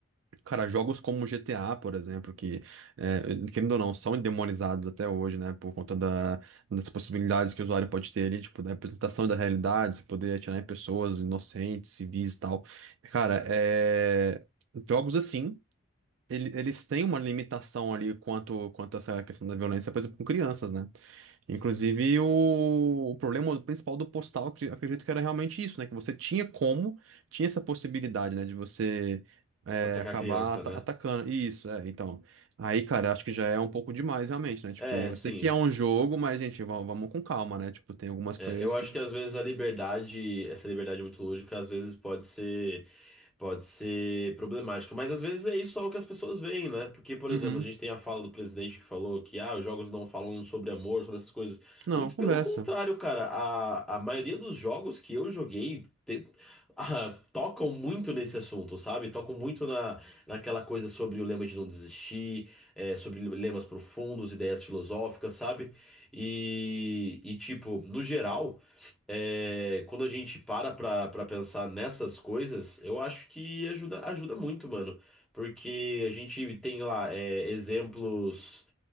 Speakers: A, on the right (about 60°); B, in the centre.
A: Cara, jogos como GTA, por exemplo, que, é, querendo ou não, são demonizados até hoje, né? Por conta da- das possibilidades que o usuário pode ter ali, tipo, da representação da realidade, se poder atirar em pessoas inocentes, civis e tal. Cara, é, jogos assim ele- eles têm uma limitação ali quanto, quanto a essa questão da violência, por exemplo, com crianças, né? Inclusive, o, o problema principal do postal, acre- acredito que era realmente isso, né? Que você tinha como, tinha essa possibilidade, né? De você é,
B: atacar
A: acabar
B: a criança,
A: ata-
B: né?
A: atacando. Isso, é, então. Aí, cara, acho que já é um pouco demais, realmente, né? Tipo,
B: É,
A: eu
B: sim.
A: sei que é um jogo, mas, gente, va- vamos com calma, né? Tipo, tem algumas coisas
B: É, eu
A: que.
B: acho que às vezes a liberdade, essa liberdade muito lúdica, às vezes pode ser pode ser problemática. Mas às vezes é isso só o que as pessoas veem, né? Porque, por
A: Uhum.
B: exemplo, a gente tem a fala do presidente que falou que ah, os jogos não falam sobre amor, sobre essas coisas.
A: Não,
B: Muito
A: conversa.
B: pelo contrário, cara. A, a maioria dos jogos que eu joguei. te- <laughs> ah, tocam muito nesse assunto, sabe? Tocam muito na, naquela coisa sobre o lema de não desistir, é, sobre lemas profundos, ideias filosóficas, sabe? E, e tipo, no geral é, quando a gente para pra, pra pensar nessas coisas, eu acho que ajuda, ajuda muito, mano. Porque a gente tem lá é, exemplos,